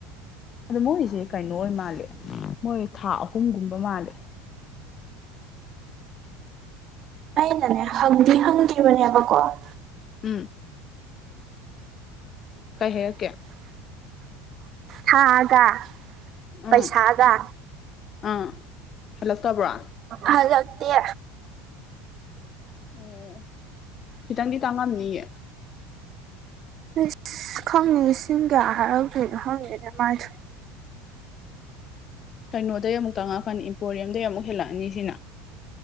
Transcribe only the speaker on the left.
ꯑꯗꯨ ꯃꯣꯏꯖꯦ ꯀꯩꯅꯣ ꯑꯣꯏ ꯃꯥꯜꯂꯦ ꯃꯣꯏ ꯊꯥ ꯑꯍꯨꯝꯒꯨꯝꯕ ꯃꯥꯜꯂꯦ
ꯎꯝ ꯀꯩ ꯍꯥꯏꯔꯛꯀꯦ
ꯎꯝ ꯑꯥ ꯍꯜꯂꯛꯇꯕ꯭ꯔꯣ
ꯎꯝ ꯈꯤꯇꯪꯗꯤ ꯇꯥꯡꯉꯝꯅꯤꯌꯦ
ꯀꯩꯅꯣꯗꯩ ꯑꯃꯨꯛ ꯇꯥꯡꯉꯛꯀꯅꯤ ꯏꯝꯄꯣꯔꯤꯌꯝꯗꯩ ꯑꯃꯨꯛ ꯍꯦꯜꯂꯛꯑꯅꯤ ꯁꯤꯅ